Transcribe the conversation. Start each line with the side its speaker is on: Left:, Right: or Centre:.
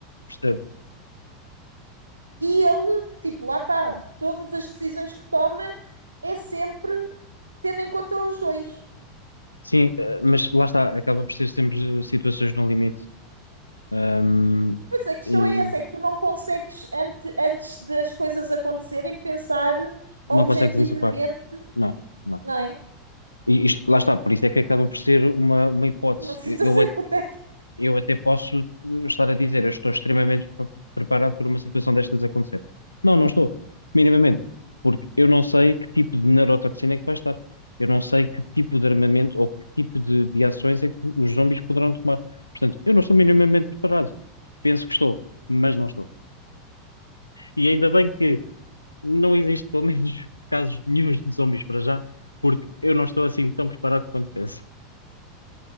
Left: percebo.
Right: E ele, tipo, lá está, todas as decisões que toma é sempre tendo em conta os dois.
Left: Sim, eh, mas lá está, acaba por ser sempre eh, situações no limite. Ahm,
Right: Pois a questão
Left: e
Right: é essa, é que tu não consegues, ante, antes das coisas acontecerem, pensar
Left: não
Right: objetivamente,
Left: consegues antecipar. Não, não.
Right: não é?
Left: E isto, lá está, por isso é que acaba por ser uma, uma hipótese.
Right: Uma situação
Left: Eu, eu a-
Right: hipotética.
Left: eu até posso estar a dizer, eu estou extremamente pre- preparado por uma situação destas acontecer. Não, não estou, minimamente, porque eu não sei que tipo de neurotoxina é que vai estar. Eu não sei que tipo de armamento ou que tipo de, de ações é que os zombies poderão tomar. Portanto, eu não estou minimamente preparado. Penso que estou, mas não estou. E ainda bem que não existe, pelo menos, casos nenhuns de zombies para já, porque eu não estou assim tão preparado quanto penso.